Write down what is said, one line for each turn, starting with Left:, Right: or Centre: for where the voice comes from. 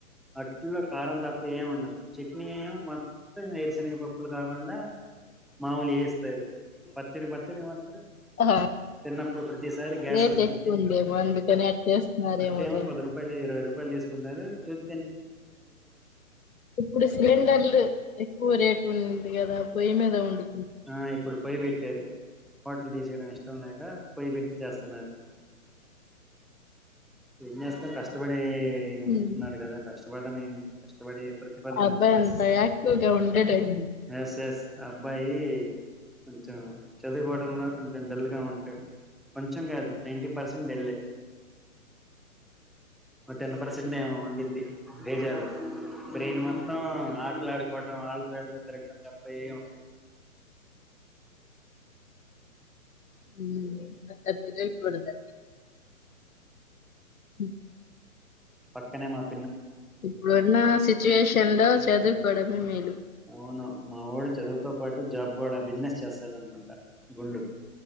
Centre: అట్ల కారం తకువ్ ఎం ఉండవ్ చట్నీ ఏమో మొత్తం ఏరుశనగ పప్పులు గాకుండ మాముల్ ఏస్తరు పచ్చడి పచ్చడి మత్రం
Left: ఆ
Centre: తిన్నపుడు ప్ర ప్రత్తిసారి గ్యాస్
Left: రేట్
Centre: ఒస్తుది
Left: ఎక్కువ ఉందేమో అందుకని అట్టేస్తున్నారేమో
Centre: అట్టే ఏమో
Left: దాన్ని
Centre: పది రూపాయలు ఇరవై రూప పలు చెసుకుంటరు చెప్
Left: ఇప్పుడు సిలిండర్లు ఎక్కువ రేటు ఉంది గద పొయ్యి మీద వొండు
Centre: ఆ ఇప్పుడు పొయ్యి పెట్టారు హోటలు తిసెయడం ఇష్టం లేక పొయ్యి పెట్టి చేస్తున్నరు ఏం జెస్తాం కష్టపడే ఉంట్నర్
Left: ఉమ్.
Centre: గద కష్టపడన్ ఏంట్ కష్టపడే ప్రతిఫలం
Left: ఆ
Centre: మంచిగ
Left: అబ్బాయి అంత
Centre: ఆశిస్తది
Left: యాక్టివ్ గా ఉండడండి
Centre: ఎస్ ఎస్ ఆ అబ్బాయి కొంచెం చదువుకోడంలో కొంచెం డల్ గా ఉంటడు కొంచెం గాదు నైటీ పర్సెంట్ డల్ ఏ ఒ టెన్ పర్సెంట్ ఏమో ఉండిది లెజాలు బ్రెయిన్ మొత్తం ఆట్లాడుకోటం ఆళ్తో ఇళ్తో తిరకటం తప్ప ఎం ఉండదు
Left: ఉమ్ <unintelligible> కూడదా ఉ
Centre: పక్కనే మత్
Left: ఇప్పుడు ఉన్న సిట్యుయేషన్లో చదువుకొడమే మేలు
Centre: ఔను మా ఒడు చదువుతో పాటు జాబ్ గుడ బిజినెస్ చేస్తడు అనుకుంట గుండు